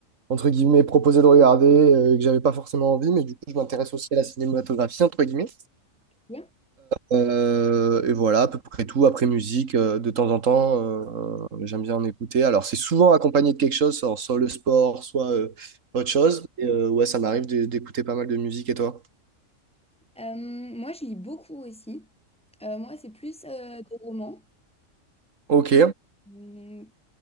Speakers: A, on the right; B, in the centre.
A: entre guillemets, proposé de regarder, euh, que j'avais pas forcément envie, mais du coup, je m'intéresse aussi à la cinématographie, entre guillemets.
B: bien.
A: Euh, et voilà, à peu près tout. Après musique, euh, de temps en temps, euh, j'aime bien en écouter. Alors, c'est souvent accompagné de quelque chose, soit, soit le sport, soit euh, autre chose. Et, euh, ouais, ça m'arrive de- d'écouter pas mal de musique, et toi?
B: Euh, moi, je lis beaucoup aussi. Euh, moi, c'est plus euh, des romans.
A: Ok,
B: Euh,